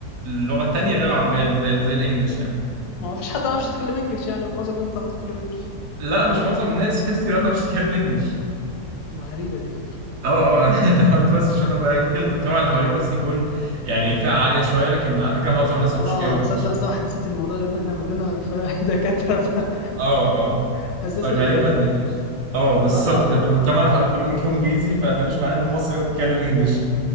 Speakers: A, on the right; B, on the left.
A: اللغة التانية غير العربية اللي زي زي الانجليش يعني
B: ما هو فيش حد ما يعرفش يتكلم انجليش يعني ومعظم الناس بتعرف تتكلم انجليش
A: لا مش معظم الناس <laughs> في ناس كتير ما بتعرفش تتكلم انجليش
B: غريبة دي
A: اه اه <laughs> انت انت بس مش واخد بالك ممكن المجتمع اللي حواليك بس يكون يعني فئة عالية شوية لكن على فكرة معظم الناس ما
B: اه
A: بيعرفوش يتكلموا انجليش
B: صدق صح نسيت الموضوع ده ان احنا كلنا في <laughs> دكاترة في
A: اه اه
B: <laughs> اساس
A: فغالبا
B: الانجليش
A: انجليش اه بالظبط
B: اه
A: في
B: صح
A: المجتمع اللي حواليك كلهم بيتكلموا انجليزي فده مش معناه ان المصري هو بيتكلم انجليش